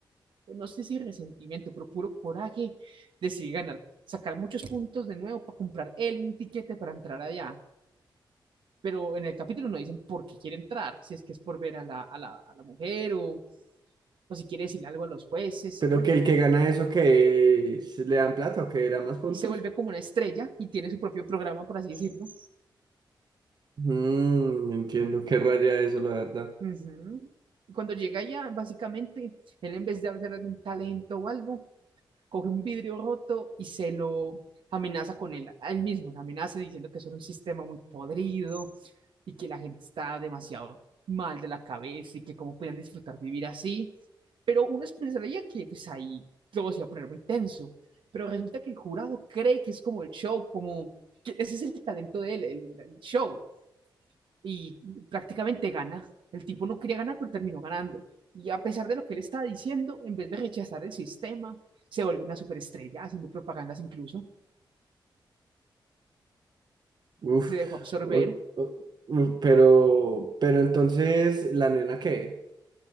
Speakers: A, on the right (about 70°); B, on the right (about 55°).
A: eh, no sé si resentimiento, pero puro coraje, decide ganar, sacar muchos puntos de nuevo para comprar él un tiquete para entrar allá. Pero en el capítulo no dicen por qué quiere entrar, si es que es por ver a la, a la, a la mujer o, o si quiere decirle algo a los jueces.
B: Pero
A: Y bueno,
B: que el que gana eso, que le dan plata o que le dan más puntos.
A: se vuelve como una estrella y tiene su propio programa, por así decirlo.
B: Mm, entiendo qué raya eso, la verdad.
A: Ujú. Y Cuando llega allá, básicamente, él en vez de hacer algún talento o algo, coge un vidrio roto y se lo amenaza con él, a él mismo, se amenaza diciendo que eso era un sistema muy podrido y que la gente está demasiado mal de la cabeza y que cómo podían disfrutar vivir así. Pero uno pensaría que pues ahí todo se iba a poner muy tenso, pero resulta que el jurado cree que es como el show, como que ese es el talento de él, el, el show, y prácticamente gana. El tipo no quería ganar, pero terminó ganando. Y a pesar de lo que él estaba diciendo, en vez de rechazar el sistema, se vuelve una superestrella, haciendo propagandas incluso,
B: Uf,
A: se dejó absorber.
B: o- o- uf, pero, pero entonces, ¿la nena qué?